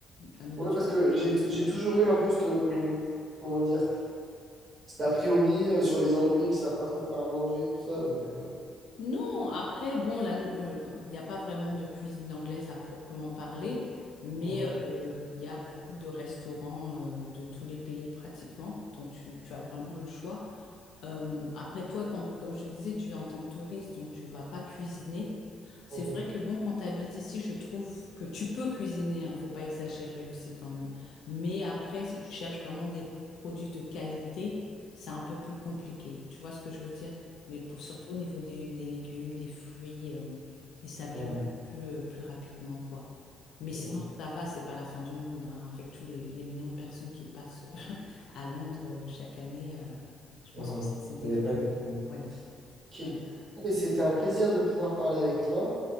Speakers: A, on the left; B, on the right.
A: la nourriture
B: Ouais, parce que
A: de tout le
B: j'ai j'ai
A: monde.
B: toujours eu un peu cette, euh, comment dire, cet a priori euh, sur les Anglais qui savent pas trop faire à manger et tout ça. Donc, euh,
A: Non, après, bon, là, nous, euh, il n'y a pas vraiment de cuisine anglaise à proprement parler, mais
B: mhm,
A: euh, il y a beaucoup de restaurants euh, de tous les pays pratiquement, donc tu, tu as vraiment le choix. Euh, après toi, quand, comme je te disais, tu es en tant que touriste, donc tu vas pas cuisiner. C'est
B: mhm,
A: vrai que bon, quand tu habites ici, je trouve que tu peux cuisiner, hein, faut pas exagérer aussi quand même. Mais après, si tu cherches vraiment des produits de qualité, c'est un peu plus compliqué. Tu vois ce que je veux dire? Les, pour- surtout au niveau des, des légumes, des fruits, euh, ils s'abîment
B: mhm,
A: plus, euh, plus rapidement, quoi. Mais
B: ouais,
A: sinon, ça va, c'est pas la fin du monde, hein, avec tous les, les millions de personnes qui passent <laughs> à Londres euh, chaque année. euh, je pense
B: mhm, mhm.
A: que c'était
B: Il n'y
A: vraiment...
B: a pas eu de problème.
A: Ouais.
B: Ok.
A: ouais.
B: Mais c'était un plaisir de pouvoir parler avec toi.